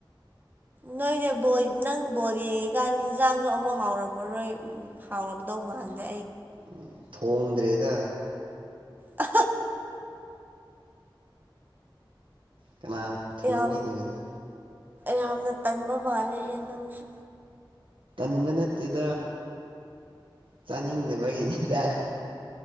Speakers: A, on the right (about 20°); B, on the right (about 80°).
A: ꯅꯣꯏꯅꯥ ꯕꯥꯜ ꯅꯪ ꯕꯣꯜ ꯌꯦꯡꯂꯤꯀꯥꯟꯗ ꯍꯤꯟꯖꯥꯡꯁꯨ ꯑꯃꯨꯛ ꯍꯥꯎꯔꯝꯃꯔꯣꯏ ꯍꯥꯎꯔꯝꯗꯧ ꯃꯗ
B: ꯎ ꯊꯣꯡꯗ꯭ꯔꯦꯗ
A: ꯑ
B: ꯀꯅꯥꯅ ꯊꯣꯡꯕꯤꯗꯣꯏꯅꯣ
A: ꯌꯥꯝ ꯌꯥꯝꯅ ꯇꯟꯕ ꯃꯥꯥꯜꯂꯦ ꯍꯦ ꯅꯪꯁꯨ
B: ꯇꯟꯕ ꯅꯠꯇꯦꯗ ꯆꯥꯅꯤꯡꯗꯕꯒꯤꯅꯦꯗ